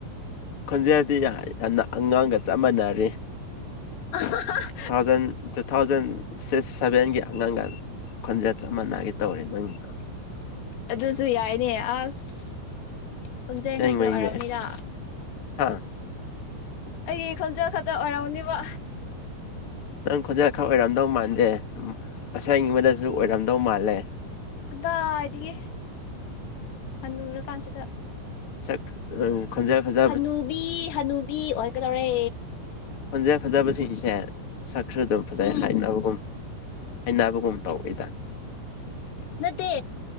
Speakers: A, on the left; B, on the left.
A: ꯈꯣꯟꯖꯦꯜꯗꯤ ꯌꯥꯝꯅ ꯑꯉꯥꯡꯒ ꯆꯞ ꯃꯥꯟꯅꯔꯦ
B: <unintelligible>
A: two thousand two thousand six ꯁꯚꯦꯟꯒꯤ ꯑꯉꯥꯡꯒꯥ ꯈꯣꯟꯖꯦꯜ ꯆꯞ ꯃꯅꯥꯒꯦ ꯇꯧꯔꯦ ꯅꯪꯒ
B: ꯑꯗꯨꯁꯨ ꯌꯥꯏꯅꯦ ꯑꯁ ꯄꯨꯟꯖꯩ
A: ꯑꯁꯦꯡꯕꯩꯅꯦ
B: ꯈꯛꯇ ꯑꯣꯏꯔꯝꯅꯤꯗ
A: ꯍꯥ
B: ꯑꯩꯒꯤ ꯈꯣꯟꯖꯦꯜ ꯈꯛꯇ ꯑꯣꯏꯔꯝꯅꯤꯕꯣ
A: ꯅꯪ ꯈꯣꯟꯖꯦꯜ ꯈꯛ ꯑꯣꯏꯔꯝꯗꯧ ꯃꯥꯟꯗꯦ ꯑꯁꯦꯡꯕꯗꯁꯨ ꯑꯣꯏꯔꯝꯗꯧ ꯃꯥꯜꯂꯦ
B: ꯑꯗꯥꯏꯗꯒꯤ ꯍꯟꯅꯨꯔꯀꯥꯟꯁꯤꯗ
A: ꯆꯠ ꯎꯝ ꯈꯣꯟꯖꯦꯜ ꯐꯖꯩ
B: ꯍꯅꯨꯕꯤ ꯍꯅꯨꯕꯤ ꯑꯣꯏꯒꯗꯧꯔꯦ
A: ꯈꯣꯟꯖꯦ ꯐꯖꯕꯁꯤꯡ ꯁꯤꯡꯁꯦ ꯁꯛꯁꯨ ꯑꯗꯨꯝ ꯐꯖꯩ
B: ꯎꯝ
A: ꯍꯥꯏꯅꯕꯒꯨꯝ ꯍꯅꯕꯒꯨꯝꯕ ꯇꯧ ꯏꯗ
B: ꯅꯠꯇꯦ